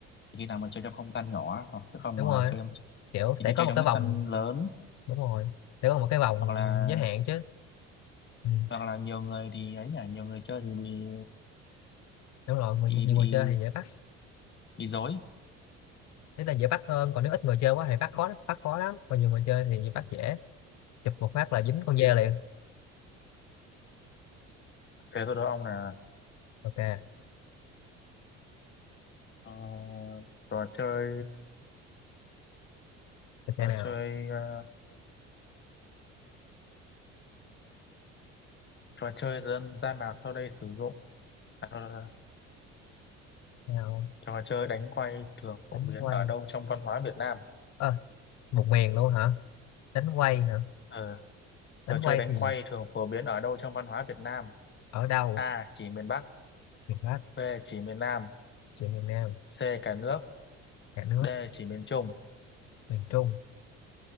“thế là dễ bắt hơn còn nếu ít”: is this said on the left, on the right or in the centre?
Left